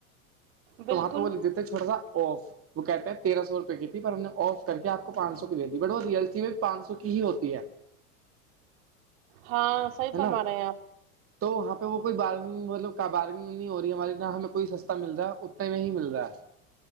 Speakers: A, on the right; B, on the right.
A: بالکل
B: تو وہاں پہ وہ تو چھوٹا سا آف <unintelligible> وہ کہتے ہیں تیرہ سو روپئے کی تھی پر ہم نے آف کر کے آپ کو پانچ سو کی دے دی بٹ وہ رئلسی میں پانچ سو کی ہی ہوتی ہے
A: ہاں صحیح
B: ہے
A: فرما
B: نا
A: رہے ہیں آپ
B: تو وہاں پہ وہ کوئی بارگگ مطلب بارگنگ نہیں ہو رہی ہماراری یہاں ہمیں کوئی س <unintelligible> اتنا ملتا ہے اتنے میں ہی ملتا ہے